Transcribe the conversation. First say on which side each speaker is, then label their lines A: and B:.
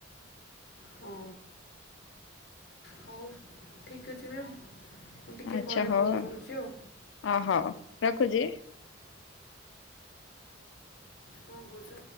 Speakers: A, on the left (about 50°); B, on the left (about 65°).
A: ହଁ ହଉ ଠିକ ଅଛି ମ୍ୟାମ୍। ମୁଁ ଟିକେ
B: ଆଚ୍ଛା
A: ପରେ
B: ହଉ
A: କଲ୍ କରୁଛି ଆଉ
B: ଆ ହଉ ରଖୁଛି।
A: କଣ କହୁଛ?